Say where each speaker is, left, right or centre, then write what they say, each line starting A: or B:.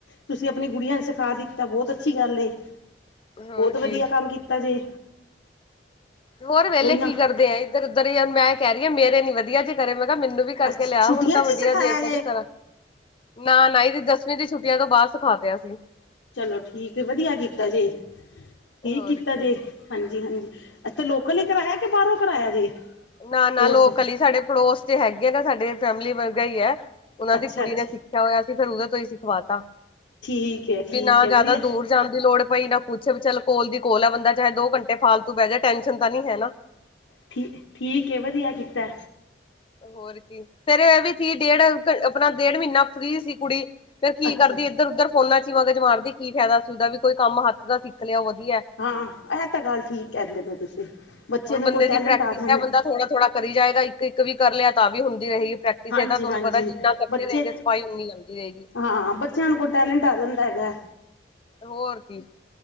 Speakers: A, on the left; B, on the left.
A: ਤੁਸੀਂ ਆਪਣੀ ਗੁੜੀਆਂ ਨੂੰ ਸਖ ਸਖਾ ਦਿੱਤਾ ਬਹੁਤ ਅੱਛੀ ਗੱਲ ਏ
B: ਹੋਰ
A: ਬਹੁਤ
B: ਕੀ
A: ਵਧੀਆ ਕੰਮ ਕੀਤਾ ਜੇ।
B: ਤੇ ਹੋਰ ਵਿਹਲੇ
A: ਕੋਈ ਨਾ
B: ਕੀ ਕਰਦੇ ਆ ਇੱਧਰ ਉੱਧਰ ਹੀ ਮੈਂ ਕਹਿ ਰਹੀ ਹਾਂ ਮੇਰੇ ਨੀ ਵ ਵਧੀਆ ਜੇ ਕਰੇ ਮੈਂ ਕਿਹਾ ਮੈਨੂੰ ਵੀ ਕਰਕੇ
A: ਅੱਛਾ
B: ਲਿਆ
A: ਛੁੱਟੀਆਂ
B: ਹੁਣ ਤਾਂ
A: ਚ
B: ਵਧੀਆ
A: ਹੀ ਸਿਖਾਇਆ
B: ਜੇ ਕੀ ਕਰਾਂ ਨਾ, ਨਾ ਇਹਦੀ ਦਸਵੀਂ ਦੀ ਛੁੱਟੀਆਂ ਤੋਂ ਬਾਹਰ ਸਿਖਾ ਤਿਆ ਸੀ।
A: ਚਲੋ ਠੀਕ ਵਧੀਆ। ਕੀਤਾ ਜੇ ਠੀਕ,
B: ਹੋਰ
A: ਕੀਤਾ
B: ਕੀ
A: ਜੇ ਹਾਂਜੀ, ਹਾਂਜੀ। ਅੱਛਾ ਲੋਕਲ ਹੀ ਕਰਵਾਇਆ ਕਿ ਬਾਹਰੋਂ ਕਰਾਇਆ ਜੇ।
B: ਨਾ, ਨਾ
A: ਕੋਰਸ
B: ਲੋਕ ਹਲੀ ਸਾਡੇ ਪੜੋਸ ਤੇ ਹੈਗੇ ਨਾ। ਸਾਡੇ ਫੈਮਿਲੀ ਵਰਗਾ ਹੀ ਐ। ਉਹਨਾਂ
A: ਅੱਛਾ
B: ਦੀ ਕੁੜੀ
A: ਅੱਛਾ।
B: ਨੇ ਸਿੱਖਿਆ ਹੋਇਆ ਸੀ ਫਿਰ ਉਹਦੇ ਤੋਂ ਹੀ ਸਿਖਵਾ ਤਾ
A: ਠੀਕ ਹੈ ਠੀਕ
B: ਵੀ ਨਾ
A: ਹੈ
B: ਜਿਆਦਾ
A: ਵਧੀਆ
B: ਦੂਰ ਜਾਣ ਦੀ ਲੋੜ ਪਈ ਨਾ ਕੁੱਛ ਵੀ ਚੱਲ ਕੋਲ ਦੀ ਕੋਲ ਆ ਬੰਦਾ ਚਾਹੇ ਦੋ ਘੰਟੇ ਫਾਲਤੂ ਪੈ ਜਾਏ ਟੈਨਸ਼ਨ ਤਾਂ ਨਹੀਂ ਹੈ ਨਾ
A: ਠੀ ਠੀਕ ਵਧੀਆ ਕੀਤਾ
B: ਹੋਰ ਕੀ ਫੇਰ ਇਹ ਵੀ ਸੀ ਡੇਢ ਆਪਣਾ ਡੇਢ ਮਹੀਨਾ ਫ੍ਰਰੀ ਸੀ ਕੁੜੀ ਫੇਰ ਕੀ
A: ਅੱਛਾ।
B: ਕਰਦੀ ਇੱਧਰ-ਉੱਧਰ ਫੋਨਾ ਚ ਹੀ ਮਗਜ ਮਾਰਦੀ, ਕੀ ਫਾਇਦਾ ਸੀ ਉਹਦਾ ਵੀ ਕੋਈ ਕੰਮ ਹੱਥ ਦਾ ਸਿੱਖ ਲਿਆ ਵਧੀਆ
A: ਹਾਂ। ਇਹ ਤਾਂ ਗੱਲ ਠੀਕ ਕਰ ਦੇ ਪੈ ਤੁਸੀਂ ਬੱਚੇ
B: ਹੁਣ
A: ਨੂੰ
B: ਬੰਦੇ
A: ਕੋਈ ਟੈਲੈਂਟ
B: ਦੀ ਪ੍ਰੈਕਟਿਸ
A: ਆ ਜਾਂਦਾ
B: ਹੈ। ਬੰਦਾ ਥੋੜਾ ਥੋੜਾ ਕਰੀਏਗਾ ਇੱਕ, ਇੱਕ ਵੀ ਕਰ ਲਿਆ ਤਾਂ ਵੀ ਹੁੰਦੀ ਰਹੀ। ਪ੍ਰੈਕਟਿਸ
A: ਹਾਂਜੀ
B: ਹੈ। ਤਾਂ ਤੁਹਾਨੂੰ
A: ਹਾਂਜੀ
B: ਪਤਾ ਜਿੰਨਾ ਕਰਦੇ
A: ਬੱਚੇ
B: ਰਹੇਣਗੇ ਸਫਾਈ ਓਨੀ ਆਉਂਦੀ ਰਹੇਗੀ।
A: ਹਾਂ ਬੱਚਿਆਂ ਨੂੰ ਕੋਈ ਟੈਲੈਂਟ ਆ ਜਾਂਦਾ ਹੈਗਾ
B: ਹੋਰ ਕੀ।